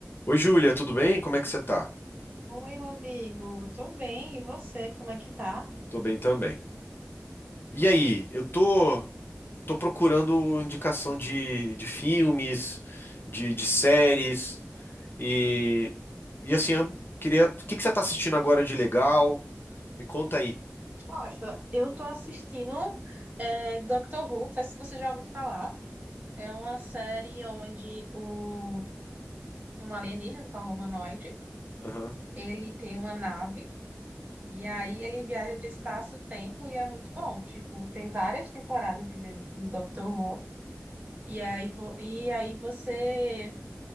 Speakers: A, on the left; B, on the right.
A: Oi, Júlia, tudo bem? Como é que você tá?
B: Oi, Rodrigo. Tô bem. E você, como é que tá?
A: Tô bem também. E aí, eu tô, tô procurando indicação de, de filmes, de, de séries, e, e assim, eu queria. O que que você tá assistindo agora de legal? Me conta aí.
B: Nossa, eu tô assistindo é, Doctor Who. Não sei se você já ouviu falar. É uma série onde o, um alienígena, um humanoide,
A: Aham.
B: ele tem uma nave e aí ele viaja de espaço-tempo e é muito bom. Tipo, tem várias temporadas de, de Doctor Who. E aí, vo- e aí você